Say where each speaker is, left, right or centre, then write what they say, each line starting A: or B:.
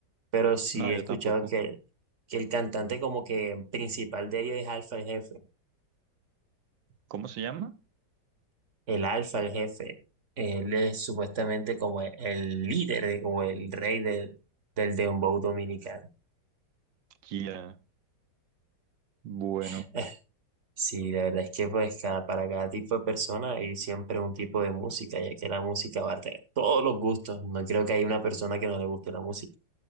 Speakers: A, on the right; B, on the right.
A: pero sí
B: No,
A: he
B: yo
A: escuchado
B: tampoco.
A: que, que el cantante como que principal de ellos es Alfa el Jefe.
B: ¿Cómo se llama?
A: El Alfa el Jefe, él es supuestamente como el el líder eh, o el rey del, del dembow dominicano.
B: Kia. Bueno,
A: <laughs> Sí, la verdad es que pues cada, para cada tipo de persona hay siempre un tipo de música, ya que la música abarca todos los gustos. No creo que haya una persona que no le guste la música.